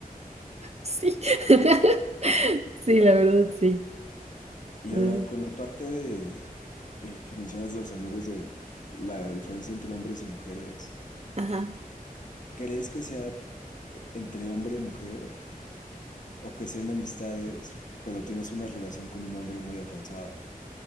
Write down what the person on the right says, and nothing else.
Sí, <laughs> sí, la verdad, sí.
Entonces,
ajá,